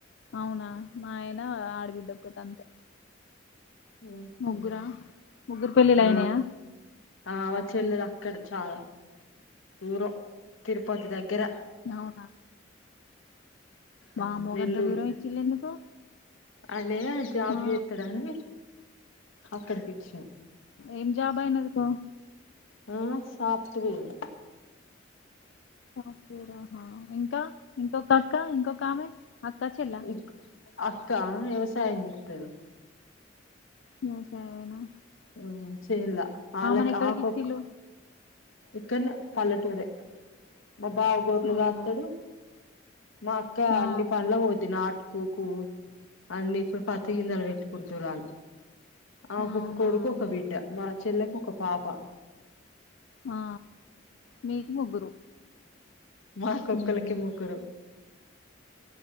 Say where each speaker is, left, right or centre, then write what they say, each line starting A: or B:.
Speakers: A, on the left; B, on the left.
A: అవునా మా ఆయన ఆడబిడ్డ ఒక్కతి అంతే
B: మ్
A: ముగ్గురా ముగ్గురు పెళ్ళిళ్ళు
B: హు
A: అయినాయా
B: ఆ వాల్ చెల్లేద్ అక్కడ్ చాలా దూరం తిరుపతి దగ్గర
A: అవునా వామ్మో
B: మ్ నెల్లూరు
A: గంత దూరం ఇచ్చిళ్ళు ఎందుకు
B: అయినే జాబ్
A: ఆ
B: చేత్తడని అక్కడికిచ్చినం
A: ఏం జాబ్ అయినదికో
B: ఆ సాఫ్ట్వేరు
A: సాఫ్టవేర అహా ఇంకా ఇంకొక అక్క ఇంకొక ఆమె అక్క చెల్లా
B: ఇ అక్క వ్యవసాయం చేత్తది
A: వ్యవసాయమైనా
B: మ్మ్ చేన్ల ఆళ్ళకి
A: ఆమేను ఎక్కడికిచ్చిళు
B: ఆకొక్ ఇక్కన్నే పల్లెటూరే మా బావగోర్రు
A: అవునా
B: కాత్తడు మా అక్క
A: ఆ
B: అన్ని పనులకు పోద్ది నాటు కోకు అన్ని ఇప్పుడు పత్త గింజలు పెట్టుకుంటురాళ్ళు ఆమేకు
A: అవునా
B: ఒక్క కొడుకు ఒక
A: ఇగ
B: బిడ్డ మా చెల్లెకు ఒక పాప
A: ఆ మీకు ముగ్గురు
B: మాకు ఒక్కలీకి
A: ఉహు
B: ముగ్గురు